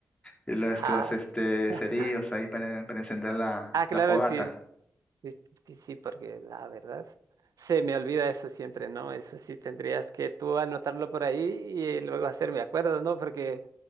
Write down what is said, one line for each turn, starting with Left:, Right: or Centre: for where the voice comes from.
Left: nuestros
Right: Ah.
Left: este,
Right: <laughs>
Left: cerillos ahí para, para encender la,
Right: Ah, claro,
Left: la fogata?
Right: sí, Es que sí, porque la verdad se me olvida eso siempre, ¿no? Eso sí tendrías que tú anotarlo por ahí y luego hacerme acuerdo, ¿no? Porque